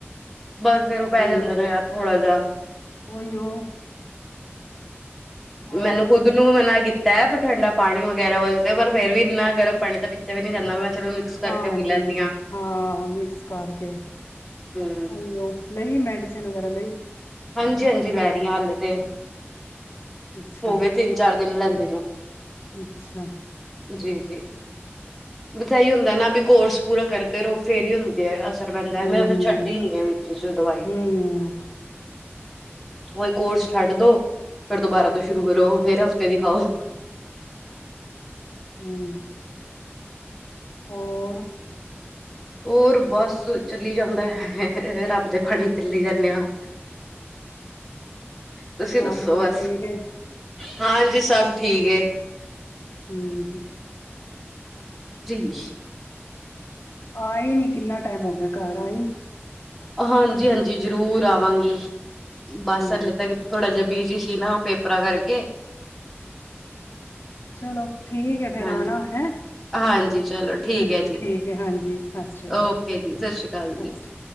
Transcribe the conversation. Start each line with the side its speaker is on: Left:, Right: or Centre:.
Centre: ਬਸ ਫਿਰ ਉਹ ਪੈ
Left: ਅਰੇ
Centre: ਜਾਂਦੇ ਨੇ ਯਾਰ ਥੋੜਾ ਜਿਹਾ।
Left: ਉਹੀਓ ਹੋਰ
Centre: ਮੈਨੂੰ ਖੁਦ ਨੂੰ ਮਨਾ ਕੀਤਾ ਠੰਡਾ ਪਾਣੀ ਵਗੈਰਾ ਵ ਪਰ ਫੇਰ ਵੀ ਇੰਨਾ ਗਰਮ ਪਾਣੀ ਤਾਂ ਪਿੱਛੇ ਵੀ ਨੀ ਜਾਂਦਾ ਮੈਂ। ਚਲੋ ਮਿਕਸ ਕਰਕੇ
Left: ਹਾਂ
Centre: ਪੀ
Left: ਹਾਂਜੀ
Centre: ਲੈਂਦੀ
Left: ਹਾਂਜੀ
Centre: ਆ।
Left: ਹਾਂ ਮਿਕਸ ਕਰਕੇ
Centre: ਹੂੰ,
Left: ਉਹੀ ਉਹ ਲਈ ਮੈਡੀਸਨ। ਵਗੈਰਾ ਲਈ
Centre: ਹਾਂਜੀ ਹਾਂਜੀ ਲੈ ਰਹੀ ਹਾਂ ਹਾਲ ਤੇ
Left: ਅੱਛਾ
Centre: ਹੋ ਗਏ ਤਿੰਨ ਚਾਰ ਦਿਨ ਲੈਂਦੀ ਨੂੰ।
Left: ਅੱਛਾ
Centre: ਜੀ ਜੀ ਬਧਾਾਈ ਹੁੰਦਾ ਨਾ ਵੀ ਕੋਰਸ ਪੂਰਾ ਕਰਦੇ ਰਹੋ ਫੇਰ ਹੀ ਹੁੰਦੇ ਆ ਪੈਂਦਾ ਹੈ
Left: ਹੂੰ
Centre: ਮੈਂ ਫਿਰ ਛੱਡੀ ਨੀ ਹੈ ਵਿੱਚ ਚ ਦਵਾਈ
Left: ਹੂੰ
Centre: ਕੋਈ ਕੋਰਸ ਛੱਡ ਦੋ ਫਿਰ ਤੋਂ ਬਾਰਾਂ ਤੋਂ ਸ਼ੁਰੂ ਕਰੋ ਫੇਰ ਹਫ਼ਤੇ ਦੀ ਖਾਓ
Left: ਹਮ ਹੋਰ
Centre: ਹੋਰ ਬਸ ਚਲੀ ਜਾਂਦਾ ਹੈ ਰੱਬ ਦੇ ਫਣੀ ਚੱਲਲੀ ਜਾਂਦੇ ਹਾਂ ਤੁਸੀਂ
Left: ਕੰਮ
Centre: ਦੱਸੋ
Left: ਕੁਮ
Centre: ਬਸ
Left: ਠੀਕ ਹੈ
Centre: ਹਾਂਜੀ ਸਭ ਠੀਕ
Left: ਹਮ ਹ
Centre: ਜਨ
Left: ਆਈ ਨੀ ਕਿੰਨਾ ਟਾਈਮ ਹੋ ਗਿਆ ਘਰ ਆਈ
Centre: ਹਾਂਜੀ ਹਾਂਜੀ ਜ਼ਰੂਰ ਆਵਾਂਗੀ ਬਾਸਰ
Left: ਹੂੰ।
Centre: ਲਤਾ ਕਿ ਥੋੜਾ ਜਹਾ ਬੀ ਜ ਨਾ ਪੇਪਰਾਂ ਕਰਕੇ
Left: ਚਲੋ ਠੀਕ ਹੈ ਫੇਰ
Centre: ਹਾਂਜੀ।
Left: ਆਣਾ ਹੈਂ।
Centre: ਹਾਂਜੀ ਚਲੋ ਠੀਕ
Left: ਹਾਂਜੀ
Centre: ਹੈ ਜੀ
Left: ਠੀਕ ਹੈ। ਹਾਂਜੀ। ਸਤਿ ਸ੍ਰੀ ਅਕਾਲ
Centre: ਓਕੇ
Left: ਸਤਿ
Centre: ਜੀ ਸ਼੍ਰੀ ਜੀ।
Left: ਸ੍ਰੀ ਅਕਾਲ।